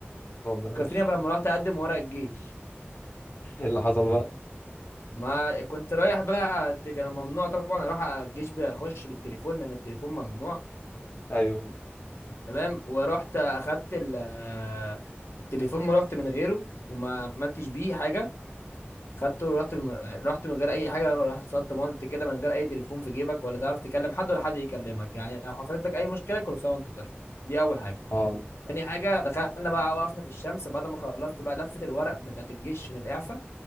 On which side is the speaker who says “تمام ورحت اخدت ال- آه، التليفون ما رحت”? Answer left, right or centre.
Left